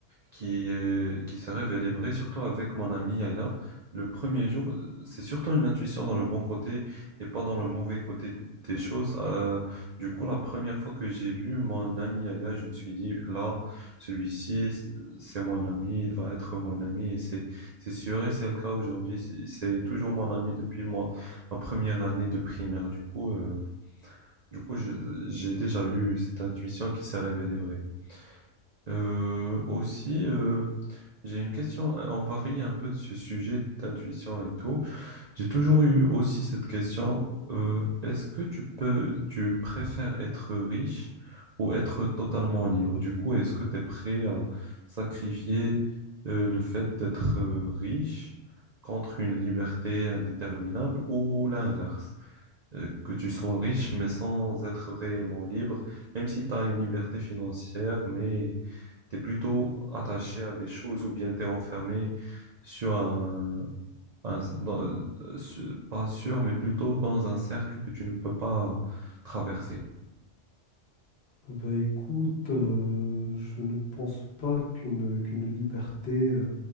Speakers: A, on the right (about 60°); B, on the left (about 60°).
A: qui est, qui s'est révélée vraie, surtout avec mon ami Yaya. Le premier jour, c'est surtout une intuition dans le bon côté et pas dans le mauvais côté des choses. Euh, du coup, la première fois que j'ai vu mon ami Yaya, je me suis dit, là, celui-ci, c'est mon ami, il va être mon ami et c'est, c'est sûr et c'est le cas aujourd'hui. C'est c'est toujours mon ami depuis moi, ma première année de primaire. Du coup, euh, Du coup, je- j'ai déjà eu cette intuition qui s'est révélée vraie. Euh, aussi, euh, j'ai une question. Euh, On va varier un peu de ce sujet d'intuition et tout. J'ai toujours eu aussi cette question. euh, est-ce que tu peux, tu préfères être riche ou être totalement libre? Du coup, est-ce que tu es prêt à sacrifier euh, le fait d'être euh, riche contre une liberté indéterminable ou l'inverse? euh, que tu sois riche, mais sans être réellement libre, même si tu as une liberté financière, mais tu es plutôt attaché à des choses ou bien tu es enfermé sur un, un- dans- euh, sur- pas sûr, mais plutôt dans un cercle que tu ne peux pas traverser.
B: Bah écoute, euh, je ne pense pas qu'une qu'une liberté euh,